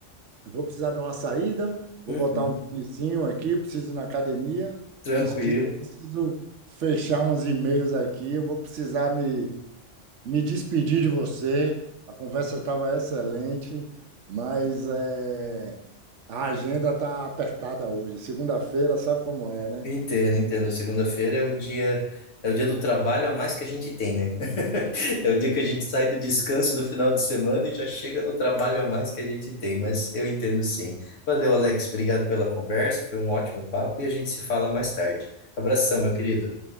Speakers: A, on the right; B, on the left.
A: eu vou precisar dar uma saída, vou
B: Uhum,
A: botar um tênisinho aqui, preciso ir na academia.
B: tranquilo.
A: Antes disso, preciso fechar uns e-mails aqui, eu vou precisar me me despedi de você. A conversa estava excelente, mas é, a agenda está apertada hoje. Segunda-feira, sabe como é, né?
B: Entendo, entendo. Segunda-feira é o dia, é o dia do trabalho a mais que a gente tem, né? <laughs> É o dia que a gente sai do descanso do final de semana e já chega no trabalho a mais que a gente tem, mas eu entendo sim. Valeu, Alex. Obrigado pela conversa. Foi um ótimo papo e a gente se fala mais tarde. Abração,
A: Va-
B: meu querido.